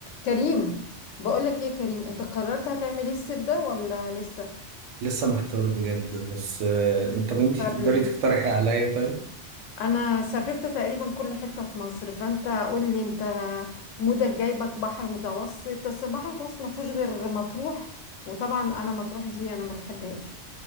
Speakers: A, on the left (about 85°); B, on the right (about 80°).
A: كريم بقولك ايه يا كريم انت قررت هتعمل ايه الصيف ده ولا لسه
B: لسه محتار بجد بس آه، انت بنتي
A: اختار
B: تقدري
A: ليه
B: تقترحي عليا طيب
A: انا سافرت تقريبا كل حتة في مصر فانت قولي انت مودك جايبك بحر متوسط بس البحر المتوسط ما فيهوش غير مطروح وطبعا انا مطروح دي انا ما بحبهاش